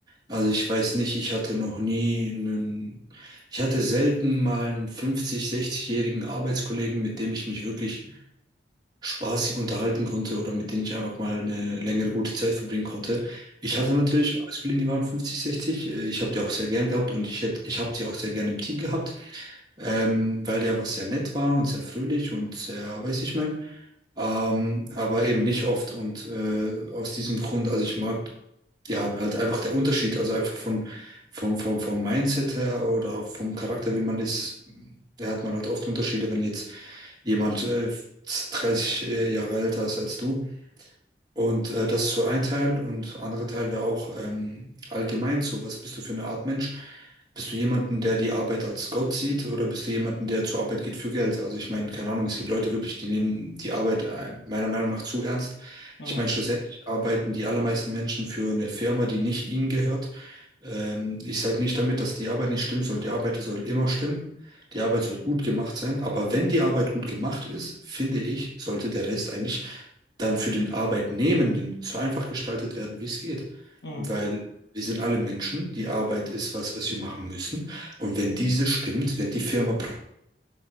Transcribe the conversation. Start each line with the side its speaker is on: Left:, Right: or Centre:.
Right: Also ich weiß nicht, ich hatte noch nie einen, ich hatte selten mal einen 50, 60-jährigen Arbeitskollegen, mit dem ich mich wirklich spaßig unterhalten konnte oder mit dem ich einfach mal eine längere gute Zeit verbringen konnte. Ich
Left: Mhm.
Right: hatte natürlich Arbeitskollegen, die waren 50, 60. äh, Ich habe die auch sehr gern gehabt und ich hätte, ich habe sie auch sehr gern im Team gehabt, ähm, weil die einfach sehr nett waren und sehr fröhlich und sehr, weiß ich mein ähm, aber eben nicht oft. Und äh, aus diesem Grund, also ich mag ja halt einfach der Unterschied, also einfach von, vom, vom, vom Mindset her oder auch vom Charakter, wie man ist, da hat man halt oft Unterschiede, wenn jetzt jemand äh, 30 Jahre älter ist als du. Und äh, das ist so ein Teil und anderer Teil wäre auch ähm, allgemein so, was bist du für eine Art Mensch? Bist du jemanden, der die Arbeit als Gott sieht oder bist du jemanden, der zur Arbeit geht für Geld? Also ich meine, keine Ahnung, es gibt Leute wirklich, die nehmen die Arbeit äh, meiner Meinung nach zu ernst.
Left: Mhm.
Right: Ich meine, schlussendlich arbeiten die allermeisten Menschen für eine Firma, die nicht ihnen gehört. Ähm, ich sage nicht damit, dass die Arbeit nicht stimmen soll. Die Arbeit soll immer stimmen. Die Arbeit soll gut gemacht sein. Aber wenn die Arbeit gut gemacht ist, finde ich, sollte der Rest eigentlich dann für den Arbeitnehmenden so einfach gestaltet werden, wie es geht.
Left: Mhm.
Right: Weil wir sind alle Menschen, die Arbeit ist was, was wir machen müssen. Und wenn diese stimmt, wenn die Firma profitiert,